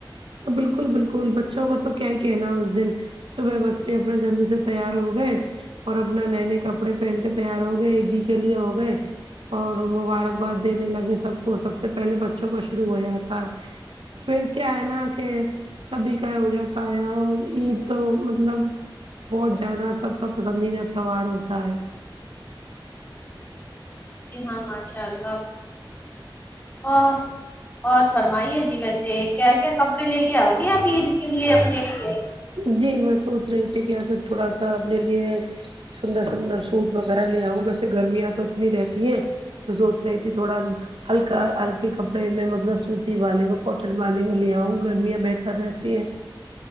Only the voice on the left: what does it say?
جی ہاں ماشاء اللہ اور اور فرمائیے جی ویسے کیا کیا کپڑے لے کے آؤ گی آپ عید کے لیے اپنے لیے